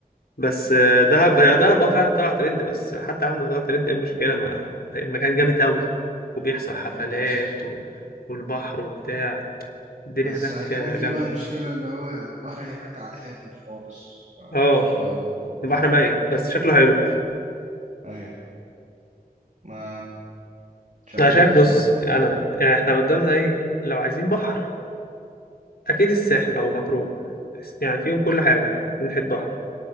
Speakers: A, on the left; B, on the right.
A: بس آه،
B: فاهم
A: دهب هي دهب اه فعلا طلع ترند بس حتى عامله طلع ترند ايه المشكله ما المكان جامد قوي وبيحصل
B: هو
A: حفلات
B: جامد فشخ
A: و... والبحر وبتاع الدنيا
B: بس
A: هناك
B: هيكون
A: آه،
B: في
A: جامده
B: بقى مشكلة اللي هو البحر هناك على هادي خالص ما-
A: اه
B: مفيش بقى موج وبتاع
A: البحر ميت بس شكله حلو
B: ايوه ما مش عارف
A: انا شايف
B: بصراحة
A: بص
B: نروح
A: انا
B: فين
A: يعني احنا قدامنا ايه لو عايزين بحر اكيد الساحل او مطروح بس يعني فيهم كل حاجه من ناحيه بحر